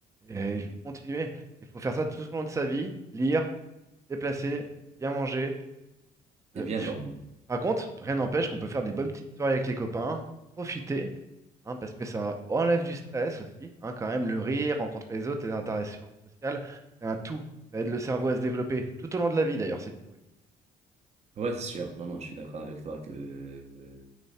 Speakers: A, on the right; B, on the right.
A: Et
B: Mm.
A: il faut continuer. Il faut faire ça tout au long de sa vie. Lire, se déplacer, bien manger.
B: Et
A: Euh,
B: bien
A: pff.
B: dormir.
A: Par contre, rien n'empêche qu'on peut faire des bonnes petites soirées avec les copains, profiter. hein, parce que ça enlève du stress aussi, hein, quand même, le rire, rencontrer les autres, les interactions sociales, c'est un tout. Ça aide le cerveau à se développer, tout au long de la vie d'ailleurs, c'est prouvé.
B: Ouais, c'est sûr. Non, non, je suis d'accord avec toi que euh,